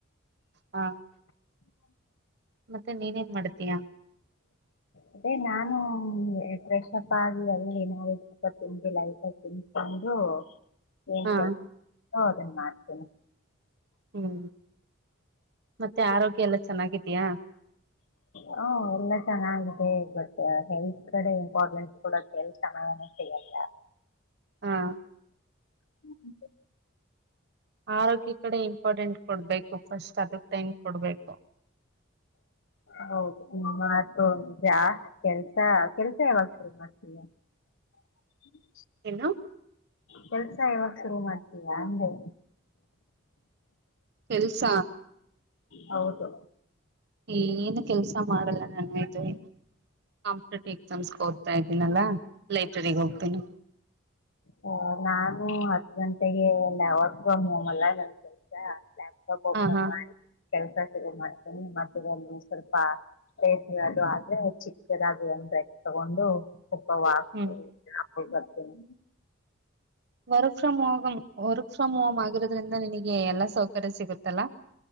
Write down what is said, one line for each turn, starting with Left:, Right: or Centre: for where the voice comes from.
Right: ಹಾ
Left: <unintelligible>
Right: ಮತ್ತೆ ನೀನೇನ್ ಮಾಡ್ತೀಯಾ....
Left: ಅದೇ ನಾನು ಫ್ರೆಶ್ಪ್ ಆಗಿ ಅಲ್ಲಿ ನಿಪ್ಪಟ್ಟು ತಿಂದಿಲ್ಲ ನಿಪ್ಪಟ್ಟು ತಿನ್ಕೊಂಡು ಹು
Right: ಹಾ
Left: ಕಣೆ ಹೌದೆನ ಮಾಡ್ತೇನೆ.
Right: ಹ್ಮ್ ಮತ್ತೆ ಆರೋಗ್ಯ ಎಲ್ಲ ಚೆನ್ನಾಗಿದೀಯಾ?
Left: ಹ ಎಲ್ಲ ಚೆನ್ನಾಗಿದೆ ಬಟ್ ಹೆಲ್ತ್ ಕಡೆ ಇಂಪಾರ್ಟೆನ್ಸ್ ಕೊಡಕೆ ಟೈಮ್ ಚೆನ್ನಾಗ ಸಿಗಲ್ಲ
Right: ಹಾ
Left: ಹ್ಮ ಹ್ಮ
Right: ಆರೋಗ್ಯ ಕಡೆ ಇಂಪಾರ್ಟೆಂಟ್ ಕೊಡ್ಬೇಕು ಫಸ್ಟ್ ಅದಕ್ ಟೈಮ್ ಕೊಡ್ಬೇಕು.
Left: ಹೌದ ನಿನ್ನ ಮಾತು ನೀಜಾ ಕೆಲ್ಸ ಕೆಲ್ಸ ಯಾವಾಗ <unintelligible> <unintelligible>
Right: ಏನು
Left: ಕೆಲ್ಸ ಯಾವಾಗ ಶುರು ಮಾಡ್ತೀಯಾ ಅಂದೆ.
Right: ಕೆಲ್ಸ
Left: ಹೌದು
Right: ಏನು ಕೆಲ್ಸ ಮಾಡಲ್ಲ ನಾನು <unintelligible> ಕಾಂಪಿಟೇಟಿವ್ ಎಕ್ಸಾಮ್ಸ್ಗೆ ಓದ್ತಾ ಇದ್ದೀನಲ್ಲಾ. ಲೈಬ್ರೇರಿ ಹೋಗ್ತೀನಿ.
Left: ವೋ ನಾನು ಹತ್ ಗಂಟೆಗೆ ಎಲ್ಲ ವರ್ಕ್ ಫ್ರಂ ಹೋಮ್ ನನ್ ಕೆಲ್ಸ ಲ್ಯಾಪ್ಟಾಪ್ ಓಪನ್
Right: ಹ ಹಾ
Left: ಮಾಡಿ ಕೆಲ್ಸ ಕೆಲ್ಸ ಶುರು ಮಾಡ್ತೀನಿ ಬಾಕಿ ಇನ್ನೂ ಸ್ವಲ್ಪ. <unintelligible> ದಾಗಿ ಬ್ರೇಕ್ ತಗೊಂಡು. ಸ್ವಲ್ಪ ವಾಕೂ.
Right: ಹ್ಮ್
Left: ಹೋಗ್ಬರ್ತೀನಿ.
Right: Work from home. Work from home ಆಗಿರೋದ್ರಿಂದ ನಿನಗೆ ಏನು ಸೌಕರ್ಯ ಸಿಗುತ್ತಲ್ಲಾ.